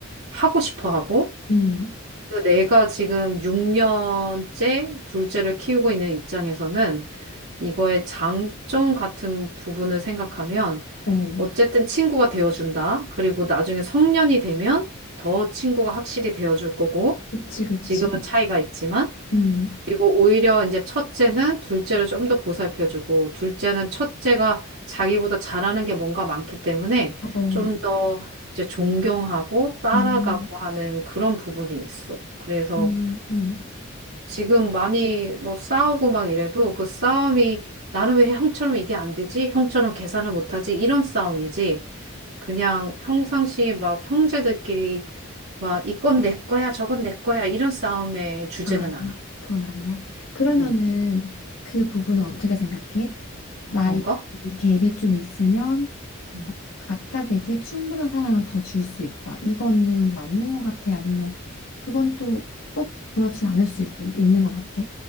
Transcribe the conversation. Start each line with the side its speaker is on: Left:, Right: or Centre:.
Right: 하고 싶어 하고
Left: 응.
Right: 그래서 내가 지금 6년째 둘째를 키우고 있는 입장에서는 이거의 장점 같은 부분을 생각하면
Left: 어,
Right: 어쨌든 친구가 되어준다. 그리고 나중에 성년이 되면 더 친구가 확실히 되어줄 거고,
Left: 그치, 그치.
Right: 지금은 차이가 있지만,
Left: 응,
Right: 그리고 오히려 이제 첫째는 둘째를 좀 더 보살펴주고, 둘째는 첫째가 자기보다 잘하는 게 뭔가 많기 때문에
Left: 어,
Right: 좀 더 이제 존경하고 따라가고
Left: 응,
Right: 하는 그런 부분이 있어. 그래서
Left: 응, 응.
Right: 지금 많이 뭐 싸우고 막 이래도 그 싸움이 나는 왜 형처럼 이게 안 되지? 형처럼 계산을 못하지? 이런 싸움이지. 그냥 평상시 막 형제들끼리 막 이건 내 거야, 저건 내 거야 이런 싸움의 주제는
Left: 아,
Right: 아니야.
Left: 그건 아니야. 그러면은
Right: 음,
Left: 그 부분은 어떻게 생각해? 나이
Right: 어떤가?
Left: 갭이 좀 있으면
Right: 응.
Left: 각각에게 충분한 사랑을 더 줄 수 있다. 이거는 맞는 것 같아? 아니면 그건 또 꼭 그렇진 않을 수 있, 있는 것 같아?